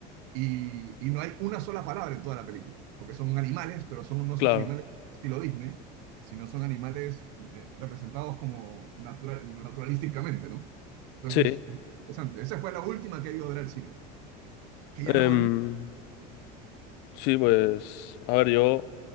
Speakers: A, on the right; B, on the left.
A: Y, y no hay una sola palabra en toda la película, porque son animales, pero son, no son
B: claro.
A: animales estilo Disney, sino son animales eh, representados como natural, naturalísticamente, ¿no? Entonces,
B: Sí.
A: es interesante. Esa fue la última que he ido a ver al cine, que ya
B: Em,
A: no voy mucho.
B: sí, pues, a ver, yo